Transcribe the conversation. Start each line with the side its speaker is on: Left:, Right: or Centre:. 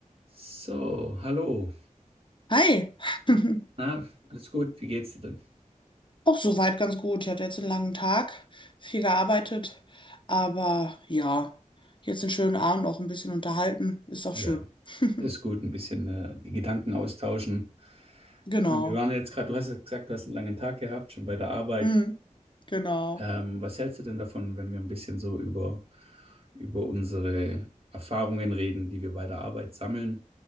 Right: So, hallo.
Left: Hi, <laughs>
Right: Na, alles gut? Wie geht's dir denn?
Left: auch soweit ganz gut. Ich hatte jetzt einen langen Tag, viel gearbeitet, aber ja, jetzt einen schönen Abend, auch ein bisschen unterhalten, ist doch
Right: Ja,
Left: schön. <laughs>
Right: ist gut. Ein bisschen äh, die Gedanken austauschen.
Left: Genau,
Right: Ich meine, wir waren jetzt gerade, du hast ja gesagt, du hast einen langen Tag gehabt, schon bei der Arbeit.
Left: mhm. Genau.
Right: Ähm, was hältst du denn davon, wenn wir ein bisschen so über, über unsere Erfahrungen reden, die wir bei der Arbeit sammeln